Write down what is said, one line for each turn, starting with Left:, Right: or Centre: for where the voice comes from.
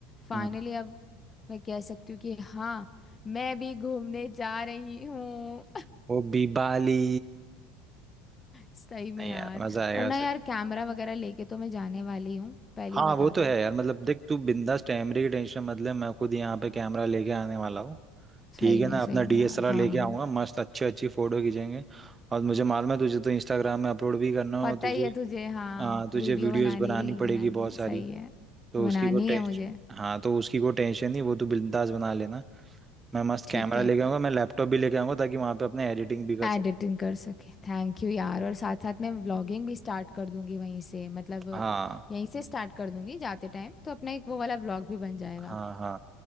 Left: फाइनली
Right: हम्म
Left: अब मैं कह सकती हूँ कि हाँ मैं भी घूमने जा रही हूँ
Right: वो बीबाली
Left: सही में
Right: नहीं
Left: यार
Right: यार मजा आएगा
Left: और ना
Right: उसे
Left: यार कैमरा वगैरह लेके तो मैं जाने वाली हूँ पहले
Right: हाँ
Left: ही बता
Right: वो तो
Left: दूँ
Right: है यार मतलब देख तू बिंदास कैमरे की टेंशन मत ले मैं खुद यहाँ पे कैमरा लेके आने वाला हूँ ठीक
Left: सही में
Right: है ना
Left: सही
Right: अपना
Left: में
Right: डीएसएलआर
Left: यार हाँ
Right: लेके
Left: हाँ
Right: आऊंगा मस्त अच्छी अच्छी फोटो खींचेंगे और मुझे मालूम है तुझे तो इंस्टाग्राम में अपलोड भी करना
Left: पता
Right: है और तुझे
Left: ही है तुझे हाँ
Right: आ, तुझे
Left: वीडियो
Right: वीडियोस
Left: बनानी
Right: बनानी
Left: रील
Right: पड़ेगी
Left: बनानी
Right: बहुत
Left: है
Right: सारी
Left: सही है
Right: तो
Left: बनानी
Right: उसकी को टेंशन
Left: है मुझे
Right: हाँ तो उसकी को टेंशन नहीं वो तू बिंदास बना लेना मैं मस्त
Left: ठीक
Right: कैमरा
Left: है
Right: लेके आऊंगा मैं लैपटॉप भी लेके आऊंगा ताकि वहां पे अपने एडिटिंग भी कर
Left: एडिटिंग
Right: सकते
Left: कर सके थैंक यू यार और साथ साथ मैं व्लॉगिंग भी स्टार्ट कर दूंगी वहीं से मतलब
Right: हाँ
Left: यहीं से स्टार्ट कर दूंगी जाते टाइम तो अपना एक वो वाला व्लॉग भी बन जाएगा
Right: हाँ हाँ